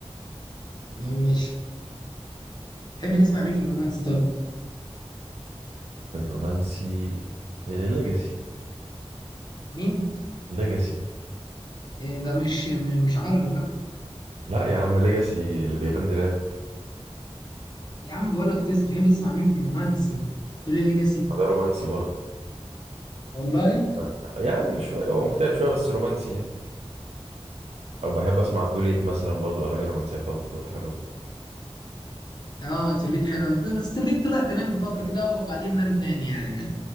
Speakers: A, on the left (about 40°); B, on the right (about 75°).
A: يعني مش تحب تسمع مين في الرومانس طب
B: الرومانسي ليجاسي
A: مين
B: ليجاسي
A: إيه ده مش م- مش عربي بقى
B: لا يا عم ليجاسي اللي بيغني راب
A: يا عم بقول لك تس بتحب تسمع مين في الرومانسي تقول لي ليجاسي
B: ده رومانسي برضه
A: والله
B: يعني يعني شويه هو مكتئب شويه بس رومانسي يعني او بحب اسمع توليت مثلا برضه الاغاني الرومانسيه بتاعته بتبقى حلوه
A: اه توليت حلو بس توليت طلع ترند فتره كده وبعدين نام تاني يعني ما.